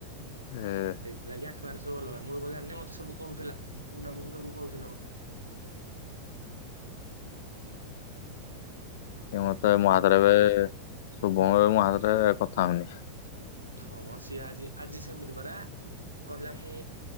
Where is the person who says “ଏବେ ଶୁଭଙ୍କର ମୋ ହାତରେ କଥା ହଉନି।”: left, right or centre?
Left